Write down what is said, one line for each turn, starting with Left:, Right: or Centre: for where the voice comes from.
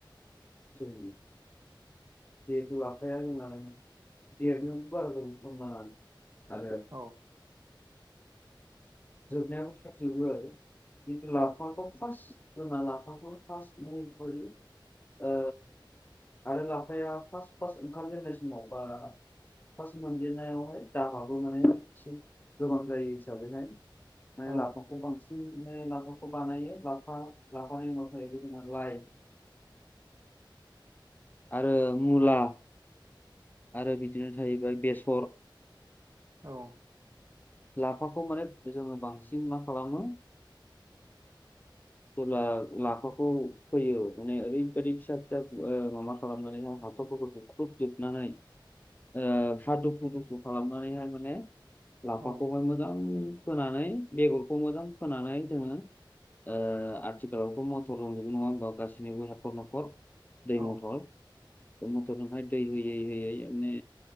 Left: <unintelligible> जेथु लाफाया जोंना देरनायावबो बारा गोबाव सनमान नांआ आरो
Right: औ।
Left: जोबनायाब जोबो आरो जिथु
Right: औ
Left: लाखौ फार्स्ट जोंहा लाफाखौनो फार्स मेनथ्रलि ओ आरो लाफाया फार्स्ट फार्स्ट ओंखारामजेननाय समाव बा फार्स्ट मोनजिरनायावहाय दाबाबो माने एसे गोबां जायो हिसाबैहाय माने
Right: औ
Left: लाफाखौ बांसिनाने लाफाखौ बानायो लाफा लाानि उनाव जोंना लाइ आरो मुला आरो बिदिनो थाहैबाय बेसर
Right: औ।
Left: लाफाखौ माने जोङो बांसिन मा खालामो
Right: <inaudible>
Left: जेब्ला लाफाखौ फोयो माने ओरैबायदि फिसा फिसा माबा खालामनानैहाय हाथरफोरखौ बुख्रुबजोबनानै ओ हा दुफु दुफु खालामनानैहाय माने लाफाखौहाय
Right: औ
Left: मोजां फोनानै बेगरखौ मोजां फोनानै जोङो ओ आथिखालावथ' मटर दंजोबो नङा होनबा गासैनिबो न'खर न'खर दै
Right: औ
Left: मटर दै मथर हाय दै होयै होयै माने